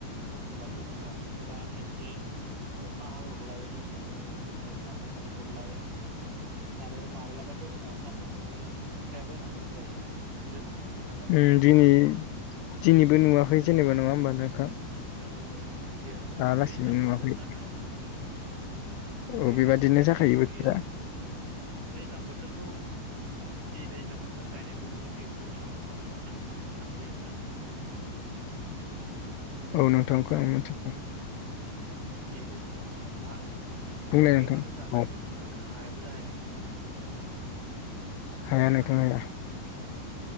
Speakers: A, on the right; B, on the left.
A: बुङोब्लाथ' जोंहा बोथोरा एसेसो अखा हाब्रबलाय दसेनो आरो सानदुं दुंब्रबलायो। आरो माब्लाबाथ' जोंहा सानदुंखौनो नुस्रायाबो होननानै बुंजायो। जोमैया खोबना लायो
B: उम
A: आरो माने।
B: दिनै दिनैबो नुवाखै जेनेबा नङा होमबा नोंथां?
A: औ औ औ बिदि आरो माने
B: दालासिनो
A: दैज्लां
B: नुवाखै
A: बोथोर नालाय औ।
B: औ
A: दैज्लां
B: बेबादिनो
A: बोथोर
B: जाखायो
A: जिहेथु
B: बोथोरा
A: बेयो औ दैज्लां बोथोरखौ जि दैज्लां बोथोर गायनाय बोथोरखौ जिहेथु जोंहा अखा बोथोर होननानैबो मिथिखानाय जायो ना ओम।
B: औ नोंथां खोनायो मिथिगौ।
A: जेहुथु जोंहा अखा अखा
B: बुंलाय
A: गैयाबाथ'
B: नोंथां
A: जा गायनो
B: औ
A: फुनो फचनोनो हायाबो जायो
B: हाया
A: नङा होमबा नोंथां।
B: हाया
A: औ